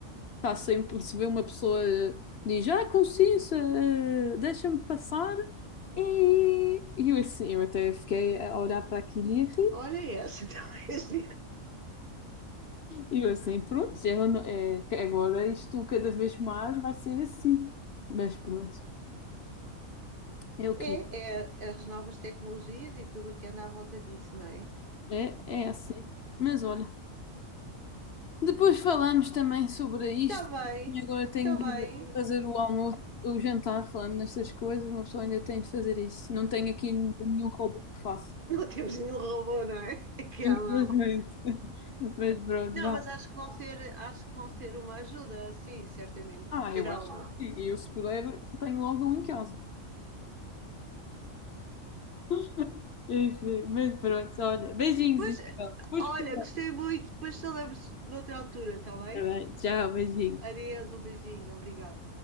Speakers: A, on the left; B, on the right.
A: está sempre, se vê uma pessoa, ah, diz, ah, com licença, ah, deixa-me passar. E, e eu assim, eu até fiquei a olhar para aquilo e a rir.
B: olha essa, talvez. <laughs>
A: E eu assim, pronto, já não- é, que agora isto cada vez mais vai ser assim. Mas pronto, é o que
B: É, é as novas tecnologias e tudo o que anda à volta disso, não é?
A: é, é é assim. Mas olha. Depois falamos também sobre isto.
B: Está bem,
A: E Agora tenho
B: está
A: de
B: bem.
A: ir fazer o almoço, o jantar, falando nestas coisas. Uma pessoa ainda tem de fazer isso. Não tenho aqui nenhum hobby que faça.
B: Não temos nenhum robô, não é? <laughs> Aqui
A: Infelizmente.
B: à mão.
A: <laughs> Mas pronto,
B: Não,
A: vá.
B: mas acho que vão ser, acho que vão ser uma ajuda, sim, certamente.
A: Ah,
B: Terão.
A: eu acho que sim. Eu, se puder, tenho logo um em casa. <laughs> Enfim, mas pronto, olha. Beijinhos,
B: Pois,
A: Isabel. Depois
B: olha,
A: falamos.
B: gostei muito. Depois falamos noutra altura, está bem?
A: Tá bem, Tchau, beijinhos.
B: Adeus, um beijinho, obrigada.